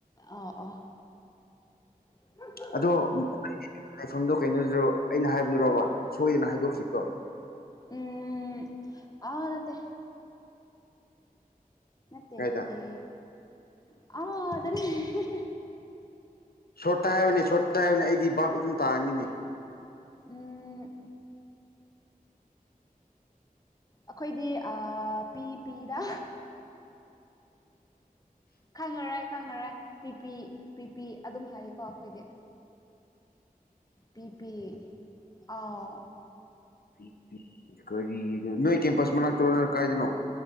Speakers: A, on the left; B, on the left.
A: ꯑꯥ ꯑꯣ <unintelligible>
B: ꯑꯗꯣ <unintelligible> ꯂꯩꯐꯝꯗꯣ ꯀꯩꯅꯣꯗꯣ ꯑꯩꯅ ꯍꯥꯏꯕꯗꯨꯔꯣꯕ ꯁꯣꯏꯗꯅ ꯍꯥꯏꯗꯣꯛꯈꯤꯕꯗꯣ
A: ꯎꯝ ꯑ ꯅꯠꯇꯦ ꯅꯠꯇꯦ
B: ꯀꯥꯏꯗ
A: ꯅꯠꯇꯦ ꯑ ꯑꯗꯅꯦ <unintelligible>
B: ꯁꯣꯔꯠꯇ ꯍꯥꯏꯌꯨꯅꯦ ꯁꯣꯔꯠꯇ ꯍꯥꯏꯌꯨꯅꯦ ꯑꯩꯗꯤ ꯚꯥꯞ ꯑꯗꯨꯝ ꯇꯥꯒꯅꯤꯅꯦ
A: ꯎꯝ ꯑꯩꯈꯣꯏꯗꯤ ꯑꯥ ꯄꯤ ꯄꯤꯗ ꯈꯪꯉꯔꯣꯏ ꯈꯪꯉꯔꯣꯏ ꯄꯤ ꯄꯤ ꯄꯤ ꯄꯤ ꯑꯗꯨꯝ ꯍꯥꯏꯌꯦꯀꯣ ꯑꯩꯈꯣꯏꯗꯤ ꯄꯤ ꯄꯤ ꯑꯥꯎ
B: ꯄꯤ ꯄꯤ ꯀꯔꯤꯅꯣ ꯅꯣꯏ ꯀꯦꯝꯄꯁ ꯃꯅꯥꯛꯇꯔꯣ ꯅꯣꯏ ꯀꯥꯏꯗꯅꯣ